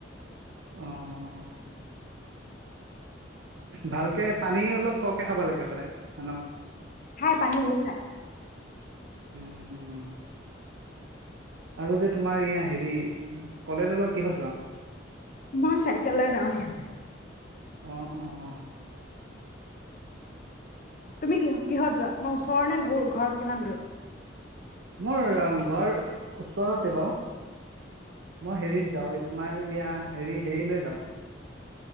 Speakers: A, on the right; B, on the left.
A: আহ অ ভালকে পানী অলপ সৰহকে খাব লাগে সদায় মানুহৰ
B: অ পানী বহুত খাই
A: উম আৰু যে তোমাৰ ইয়াৰ হেৰি কলেজলৈ কিহত যোৱা
B: মই চাইকেল লৈ যাওঁ দিয়া
A: আহ অ অ
B: তুমি কিহ কিহত যোৱা তোমাৰ ওচৰৰ নে ঘৰত কিমান দূৰ
A: মোৰ ঘৰ ওচৰতে বাৰু মই হেৰিত যাওঁ এই তোমাৰ ইয়া হেৰি হেৰিলৈ যাওঁ